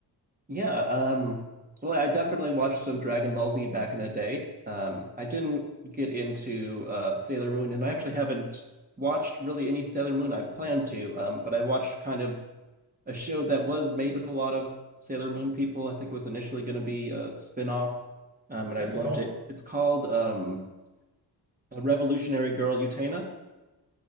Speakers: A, on the right (about 20°); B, on the right (about 45°).
A: Yeah, um well I definitely watched some Dragon Ball Z back in the day. Um I didn't get into uh Sailor Moon and I actually haven't watched really any Sailor Moon I planned to, um but I watched kind of a show that was made with a lot of Sailor Moon people. I think it was initially going to be a spinoff, um, and
B: What's
A: I loved
B: it called?
A: it. It's called um, a Revolutionary Girl Utena.